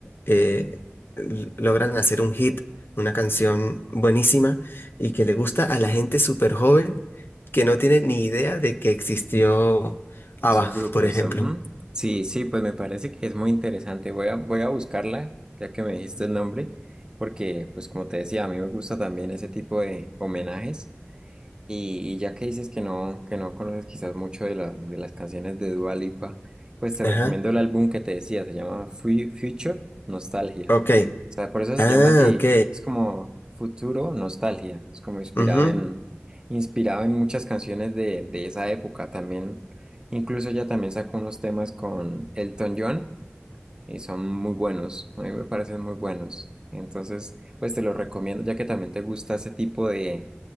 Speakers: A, on the left (about 55°); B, on the right (about 20°).
A: eh, l- logran hacer un hit, una canción buenísima y que le gusta a la gente súper joven que no tiene ni idea de que existió ABBA,
B: Esos grupos.
A: por ejemplo.
B: ujú. Sí, sí, pues me parece que es muy interesante. Voy a, voy a buscarla, ya que me dijiste el nombre, porque, pues como te decía, a mí me gusta también ese tipo de homenajes. Y, y ya que dices que no, que no conoces quizás mucho de, la- de las canciones de Dua Lipa, pues te
A: Ajá,
B: recomiendo el álbum que te decía, se llama Fu- Future Nostalgia.
A: ok.
B: O sea, por eso se
A: Ah,
B: llama así,
A: ok.
B: es como Futuro Nostalgia, es como inspirado
A: Ujú.
B: en, inspirado en muchas canciones de, de esa época también. Incluso ella también sacó unos temas con Elton John y son muy buenos, a mí me parecen muy buenos. Entonces, pues te los recomiendo ya que también te gusta ese tipo de